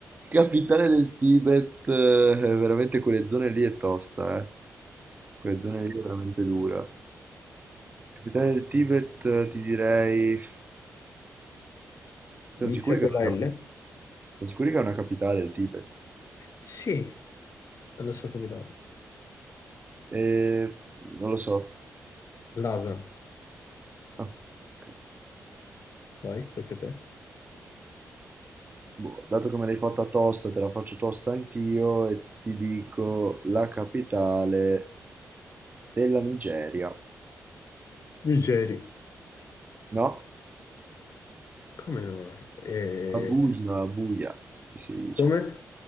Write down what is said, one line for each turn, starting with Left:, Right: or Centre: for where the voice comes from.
Right: Capitale del Tibet, eh, veramente quelle zone lì è tosta, eh. Quelle zone lì è veramente dura. Capitale del Tibet, eh, ti direi... Siamo
Left: Inizia
Right: sicuri che
Left: con
Right: è una,
Left: la L?
Right: capi- siamo sicuri che è una capitale il Tibet?
Left: Sì, è la sua capitale.
Right: Eh, non lo so.
Left: Lhasa.
Right: Ah, ok.
Left: Vai, tocca a te.
Right: Boh, dato che me l'hai fatta tosta, te la faccio tosta anch'io e ti dico la capitale della Nigeria.
Left: Nigeri.
Right: No?
Left: Come no? Eh,
Right: Abuja, Abuja, sì, si dice.
Left: Come?